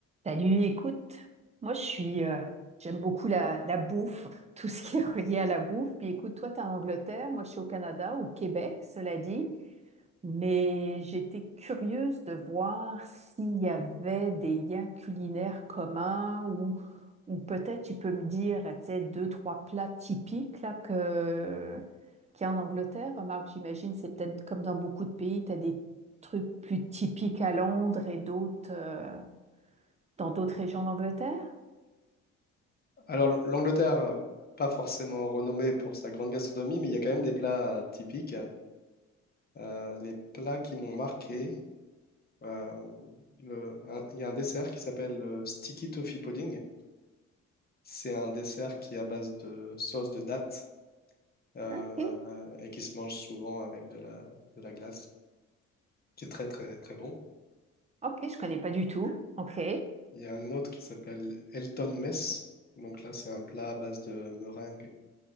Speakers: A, on the right; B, on the left.
A: Salut, écoute, moi je suis, euh, j'aime beaucoup la, la bouffe, <laughs> tout ce qui est relié à la bouffe. Puis écoute, toi t'es en Angleterre, moi je suis au Canada, au Québec, cela dit. Mais j'étais curieuse de voir s'il y avait des liens culinaires communs ou, ou peut-être tu peux me dire, tu sais, deux, trois plats typiques là que, qu'il y a en Angleterre. Remarque, j'imagine, c'est peut-être comme dans beaucoup de pays, tu as des trucs plus typiques à Londres et d'autres. euh, dans d'autres régions d'Angleterre?
B: Alors, l'Angleterre, euh, pas forcément renommée pour sa grande gastronomie, mais il y a quand même des plats typiques. Euh, les plats qui m'ont marqué, euh, le- un- il y a un dessert qui s'appelle le Sticky Toffee Pudding. C'est un dessert qui est à base de sauce de date euh,
A: Ok,
B: et qui se mange souvent avec de la, de la glace, qui est très très très bon.
A: ok, je connais pas du tout. Ok.
B: Il y a un autre qui s'appelle Elton Mess. Donc là, c'est un plat à base de meringue